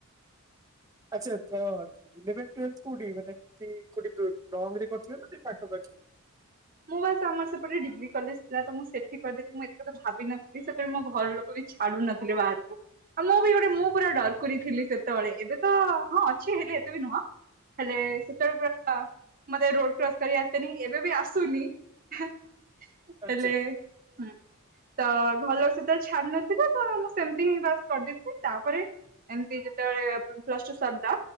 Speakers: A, on the right (about 15°); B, on the right (about 40°).
A: ଆଚ୍ଛା ଥଟ ଇଲେଭେନ ଟୁୱେଲ୍ଥ କୋଉଠି ମାନେ ଏମତି କୋଠି ଲଙ୍ଗ ରେ କରିଥିଲେ ନା ଏଇ ପାଖପାଖି।
B: ମୁଁ ବାସ ଆମର ସେପଟେ ଡିଗ୍ରୀ କଲେଜ ଥିଲା ତ ମୁଁ ସେଠି କରି ଦେଇ ମୁଁ ଏତେ କଥା ଭାବିନଥିଲି ସେପଟେ ମୋ ଘର ଲୋକ ବି ଛାଡୁ ନଥିଲେ ବାହାରକୁ। ଆଉ ମୁଁ ବି ଗୋଟେ ମୁଁ ପୁରା ଡରକୁରି ଥିଲି ସେତେବେଳେ ଏବେ ତ ହଁ ଅଛି ହେଲେ ଏତେ ବି ନୁହଁ। ହେଲେ ସେତେବେଳେ ପୁରା <inaudible> ମତେ ରୋଡ କ୍ରସ୍ କରି ଆସେନି ଏବେ ବି ଆସେ ସୁନି <inaudible> ହେ <inaudible>
A: ଆଚ୍ଛା
B: ହେଲେ <inaudible> ହୁଁ। ତୋ ଘର ଲୋକ ସହିତ ଛାଡି ନଥିଲା ତୋ, ମୁଁ ସେମିତି ହିଁ ବାସ କରିଦେଇଥିଲି ତାପରେ ଏମତି ଯେତେବେଳେ ପ୍ଲସଟୁ ସରିଲା।